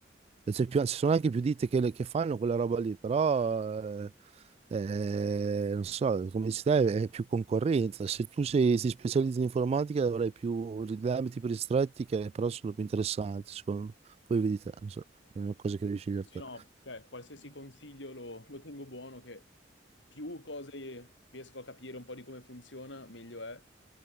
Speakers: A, on the right; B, on the left.
A: e c'è più- Ci sono anche più ditte che, che fanno quella roba lì, però eh, eh, non so, come dici te, è più concorrenza. Se tu sei, ti specializzi in informatica avrai più degli ambiti più ristretti che però sono più interessanti, secondo me. Poi vedi te, non so, è una cosa che devi scegliere
B: Sì, sì,
A: te.
B: no, cioè, qualsiasi consiglio lo, lo tengo buono, che più cose riesco a capire un po' di come funziona, meglio è.